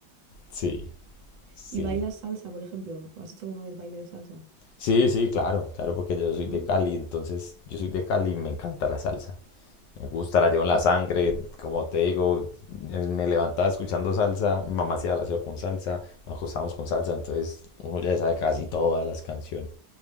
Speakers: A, on the left; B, on the right.
A: Sí, sí.
B: ¿y bailas salsa, por ejemplo? ¿O has hecho alguna vez baile de salsa?
A: Sí, sí, claro, claro, porque yo soy
B: Ah,
A: de Cali, entonces yo soy de Cali y me encanta la salsa. Me gusta, la llevo en la sangre, como te digo, eh, me levantaba escuchando salsa, mi mamá hacía el aseo con salsa, nos acostábamos con salsa, entonces uno ya sabe casi todas las canciones.